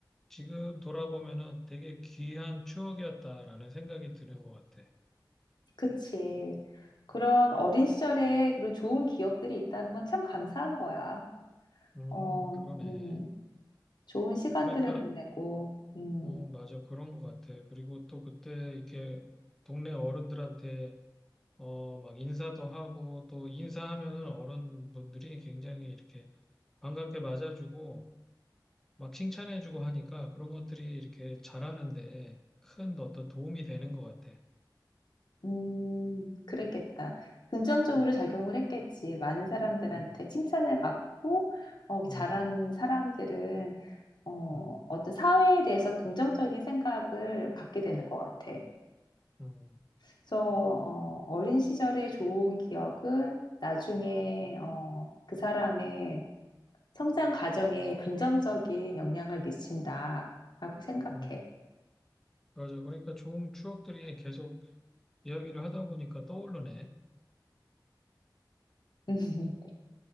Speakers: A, in the centre; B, on the left.
A: 지금 돌아보면은 되게 귀한 추억이었다라는 생각이 드는 것 같아.
B: 그치. 그런 어린 시절에 그런 좋은 기억들이 있다는 건 참 감사한 거야.
A: 음,
B: 어,
A: 그러네.
B: 음, 좋은 시간들을
A: 그러니까
B: 보내고, 음.
A: 어, 맞아. 그런 것 같아. 그리고 또 그때 이렇게 동네 어른들한테 어, 막 인사도 하고 또 인사하면은 어른분들이 굉장히 이렇게 반갑게 맞아주고 막 칭찬해주고 하니까 그런 것들이 이렇게 잘하는데 큰 어떤 도움이 되는 것 같아.
B: 음, 그랬겠다. 긍정적으로
A: 음,
B: 작용을 했겠지. 많은 사람들한테
A: 음,
B: 칭찬을 받고, 어,
A: 음,
B: 잘한 사람들은, 어,
A: 음,
B: 어떤 사회에 대해서 긍정적인 생각을 갖게 되는 것 같아.
A: 음,
B: 그래서, 어, 어린 시절의 좋은 기억은 나중에, 어, 그 사람의 성장 과정에 긍정적인 영향을 미친다라고 생각해.
A: 음. 맞아. 그러니까 좋은 추억들이 계속 이야기를 하다 보니까 떠오르네.
B: <laughs>